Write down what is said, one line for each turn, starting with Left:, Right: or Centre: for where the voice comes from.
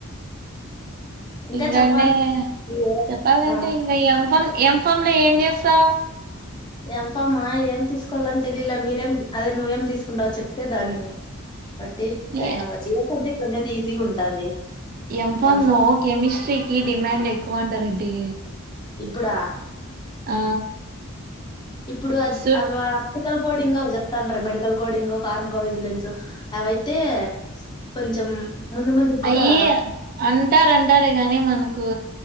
Left: ఇంకా
Right: ఇంగా
Left: చెప్పాలి
Right: అంటే
Left: నువ్వే
Right: చెప్పాలంటే
Left: ఆ
Right: ఇంగ ఎమ్ ఫన్ ఎమ్ ఫామ్ లో ఏం చేస్తావ్
Left: ఎమ్ ఫామ్ ఏం తీసుకోవాలని తెలిలా మీరేం అదే నువ్వేం తీసుకుంటావు చెప్తే దాన్ని పట్టి
Right: నే
Left: జాయిన్ అవచ్చు ఎ సబ్జెక్టు అనిది ఈజీ బిజీ ఉంటది
Right: ఎమ్ ఫామ్
Left: ఎంఫా
Right: లో కెమిస్ట్రీకిి డిమాండ్ ఎక్ ఎక్కువంట రెడ్డి
Left: ఇప్పుడా
Right: ఆ
Left: ఇప్పుడు అద్
Right: సుట్
Left: అవా మెడికల్ కోడింగ్ అవి చేప్తాన్రే మెడికల్ కోడింగ్ ఫార్మ్కో విజిలెన్సు అవైతే కొంచెం ముందు ముందుకు కూడా
Right: అయి అంటారు అంటారు ఎగాని మన కు